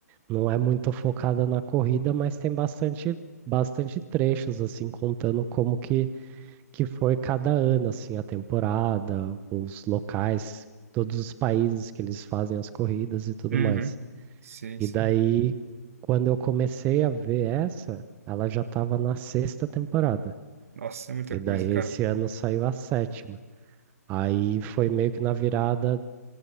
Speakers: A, on the right (about 20°); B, on the right (about 60°).
A: Não é muito focada na corrida, mas tem bastante, bastante trechos, assim, contando como que, que foi cada ano, assim, a temporada, os locais, todos os países que eles fazem as corridas e tudo
B: Uhum.
A: mais.
B: Sei,
A: E
B: sei.
A: daí, quando eu comecei a ver essa, ela já estava na sexta temporada.
B: Nossa, é muita
A: E daí,
B: coisa, cara.
A: esse ano saiu a sétima. Aí foi meio que na virada